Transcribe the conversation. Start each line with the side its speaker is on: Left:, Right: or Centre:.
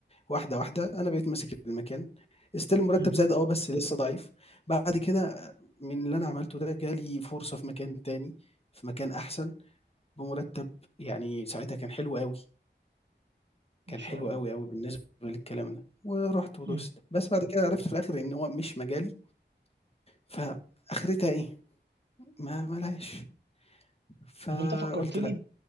Left: واحدة، واحدة أنا بقيت ماسك المكان still المرتّب
Right: مم.
Left: زاد آه، بس لسه ضعيف، بعد كده آه، من اللي أنا عملته ده جه لي فرصة في مكان تاني، في مكان أحسن بمرتّب يعني ساعتها كان حلو أوي.
Right: ما
Left: كان
Right: شاء
Left: حلو
Right: الله
Left: أوي، أوي بالنسبة للكلام ده، ورُحت ودُست،
Right: مم.
Left: بس بعد كده عرفت في الآخر إن هو مش مجالي، فآخرتها إيه، ما ما لهاش، فقُلت
Right: طب انت فكرتني
Left: لأ،
Right: ب...